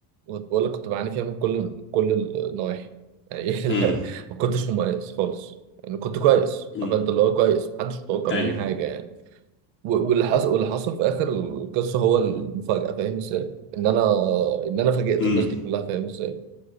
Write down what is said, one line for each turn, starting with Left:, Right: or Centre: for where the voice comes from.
Right: كنت بقول لك كنت بعاني فيها من كل من كل النواحي يعني <laughs>
Left: مم.
Right: لا، ما كنتش مميز خالص يعني كنت كويس
Left: مم.
Right: عارف انت اللي هو كويس محدش متوقع مني
Left: ايوه
Right: حاجه يعني. و- واللي حصل واللي حصل في اخر القصه هو المفاجاه فاهم ازاي ان انا ان انا فاجئت
Left: مم.
Right: الناس دي كلها فاهم ازاي